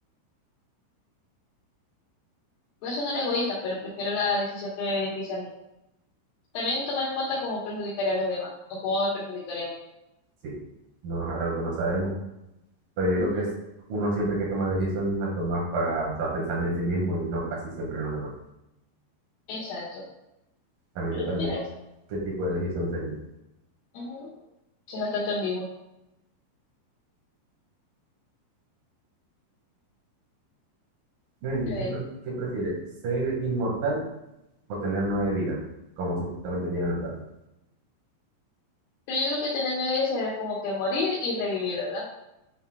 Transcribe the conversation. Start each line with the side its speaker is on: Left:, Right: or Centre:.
Left: Voy a sonar egoísta, pero prefiero la decisión que me beneficia a mí. También tomar en cuenta cómo perjudicaría a los demás o cómo me perjudicaría a mí.
Right: Sí, no es algo que no sabemos, pero yo
Left: Ujú,
Right: creo que es uno siempre que toma decisiones las toma para, o sea, pensando en sí mismo y no casi siempre en los demás.
Left: Exacto.
Right: También
Left: Pero
Right: depende
Left: no sería esa.
Right: qué tipo de decisión sería.
Left: Ujú. Sí, es bastante ambiguo.
Right: Miren,
Left: A ver.
Right: ¿qué, pre- qué prefieres? ¿Ser inmortal o tener nueve vidas, como supuestamente tienen los gatos?
Left: Pero yo creo que tener nueve vidas sería como que morir y revivir, ¿verdad?